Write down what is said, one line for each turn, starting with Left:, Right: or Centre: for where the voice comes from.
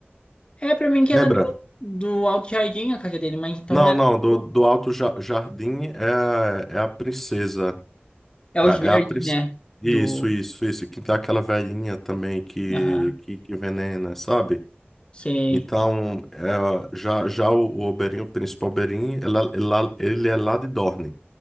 Left: É, pra mim que
Centre: Lembra?
Left: era do, do Alto Jardim a casa dele, mas então
Centre: Não,
Left: era...
Centre: não,
Left: tipo,
Centre: do, do Alto Ja- Jardim é, é a princesa.
Left: É
Centre: É,
Left: os verdes,
Centre: é a princesa.
Left: né?
Centre: Isso,
Left: Do...
Centre: isso, isso. Que tem aquela velhinha também que,
Left: Aham.
Centre: que, que envenena, sabe?
Left: Sei.
Centre: Então, é, já, já o, o Oberinho, o Príncipe Oberyn, ela- ela- ele é lá de Dorne.